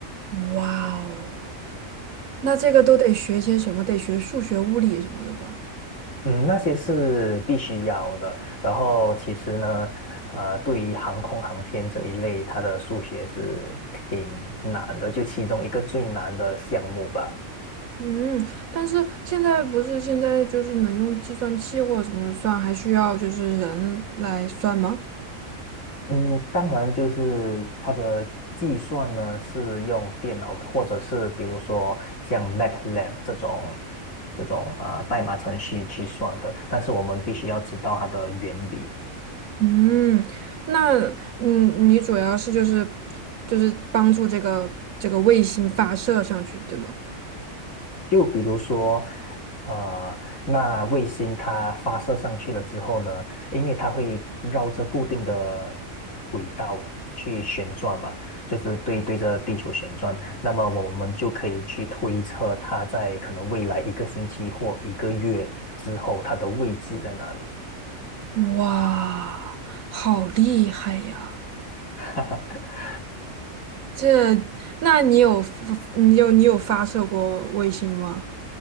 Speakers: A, on the right; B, on the left.
A: 哇哦，那这个都得学些什么？得学数学、物理什么的吧？
B: 嗯，那些是必须要的。然后其实呢，呃，对于航空航天这一类，它的数学是挺难的，就其中一个最难的项目吧。
A: 嗯，但是现在不是现在就是能用计算器或者什么算，还需要就是人来算吗？
B: 嗯，当然就是它的计算呢，是用电脑或者是比如说像 MATLAB 这种这种啊、代码程序去算的，但是我们必须要知道它的原理。
A: 嗯，那嗯，你主要是就是就是帮助这个这个卫星发射上去，对吗？
B: 就比如说，呃，那卫星它发射上去了之后呢，因为它会绕着固定的轨道去旋转嘛，就是对对着地球旋转，那么我们就可以去推测它在可能未来一个星期或一个月之后它的位置在哪里。
A: 哇，好厉害呀！
B: <laughs>
A: 这，那你有发你有你有发射过卫星吗？